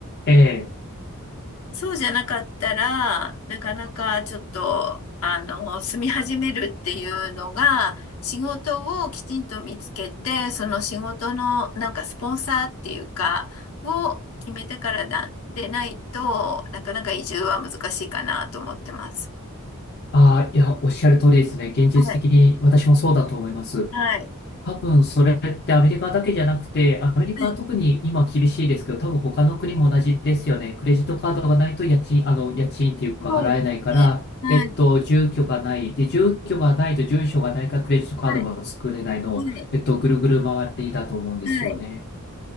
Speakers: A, on the left; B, on the left.
A: ええ。
B: そうじゃなかったら、なかなかちょっと、あの、住み始めるっていうのが、仕事をきちんと見つけて、その仕事のなんかスポンサーっていうか、を決めてからだ、でないと、なかなか移住は難しいかなと思ってます。
A: ああ、いや、おっしゃる通りですね。現実的に私もそうだと思います。
B: はい。はい。
A: 多分それってアメリカだけじゃなくて、アメリカは特に今厳しいですけど、
B: はい。
A: 多分他の国も同じですよね。クレジットカードがないと家賃、あの、家賃っていうか払えないから、
B: そうですね。はい。
A: えっと、住居がない。で、住居がないと住所がないからクレジットカードも作れないの、
B: はい。はい。
A: えっと、ぐるぐる回りだと思うんですよね。
B: はい。